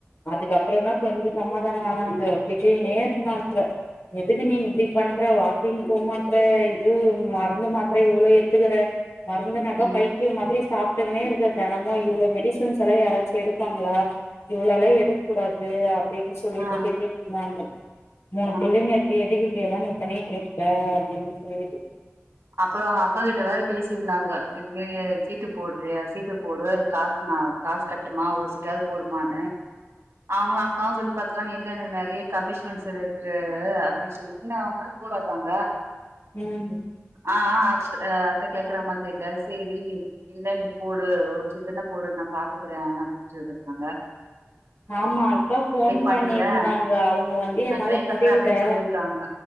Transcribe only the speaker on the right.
ம்
ஆ
ஆ
அப்புறோ அவங்க அக்கா கிட்ட வேற பேசியிருந்தாங்க இங்கேயே சீட்டு போட்றியா சீட்டு போடு காசு நா காசு கட்டுமா ஒரு சீட்டாவ்து போடுமான்னு அவங்களு அக்காவு சொல்லி பாத்துட்டாங்க இல்ல எனக்கு நெறைய கமிகஸ்ட்மெண்ட்ஸ் இருக்கு அப்டின்னு சொல்லி என்ன அவங்களா கூலா இருக்காங்க
ஆ ஆ அத் ஆ அத்த கேக்கற மாதிரி இல்ல சேரி இல்ல நீ போடு ஒரு சீட்டுனா போடு நா பாத்துக்கறே அப்டின்னு சொல்லிட்டிருந்தாங்க
பண்றே
நா ட்ரை
பண்றே அப்டின்னு சொல்லியிருக்காங்க